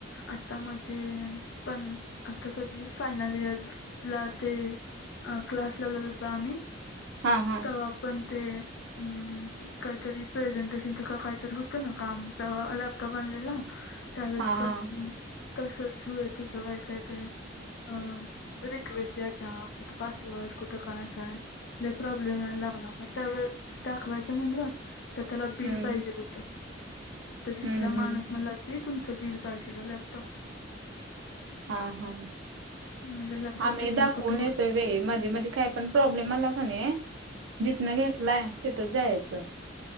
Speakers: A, on the left; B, on the right.
A: आता मते पण आता कधी फायनल इयर ला ते अ क्लास लावलेलीत बघ आम्ही
B: हा हा
A: तवा पण ते हू कायतरी प्रेझेंटेशनच का कायतरी होत ना काम तवा लॅपटॉप आणलेला त्यावेेळेस
B: हा हा
A: पण तसच होयत होत काय काय काय अ रिक्वेस्ट याच्या कुठ पासवर्ड कुठ काय काय लई प्रॉब्लेम यायला लागला मग त्यावेळेस दाखवायच म्हणल तर त्याला बिल
B: हम्म
A: पाहिजेल होत तर तिथला
B: हम्म हम्म
A: माणूस म्हणला कि तुमच बिल पाहिजेल आहे लॅपटॉप
B: हा हा
A: माझं लॅपटॉपचं
B: आम्ही
A: बिल
B: दाखवून
A: कुठं हुडक
B: येतोय मध्ये मध्ये काय पण प्रॉब्लेम आला कणी जिथन घेतलाय तिथच जायच